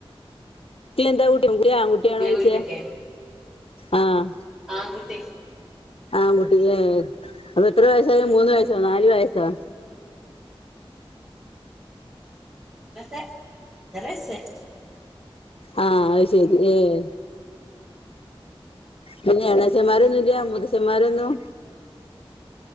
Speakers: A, on the left (about 70°); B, in the centre.
A: ഇ എന്താ കുട്ടി ആങ്കുട്ടി
B: പുതിയ
A: ആണോ ചോയിച്ചേ?
B: വീട്ടിക്കേ
A: ആഹ്
B: ആങ്കുട്ടി
A: ആങ്കുട്ടിയാ <unintelligible> അപ്പെത്ര വയസ്സായെ മൂന്ന് വയസ്സോ, നാല് വയസ്സോ?
B: <unintelligible> ഒന്നരയ്സ്സായ്
A: ആഹാ അഹ്ശെരി ഏഹ് പിന്നെ എണാച്ചമാരൊന്നുല്ല്യ മുതച്ചമ്മാരൊന്നും?